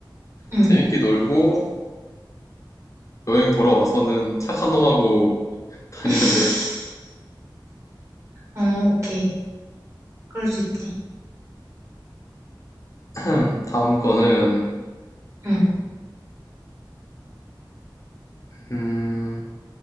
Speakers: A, on the right; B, on the left.
A: 응,
B: 재밌게 놀고 여행 돌아와서는 착한 놈하고 <laughs> 다니면
A: <laughs>
B: 돼.
A: 어, 오케이. 그럴 수 있지.
B: 음, 다음 거는
A: 응.
B: 음,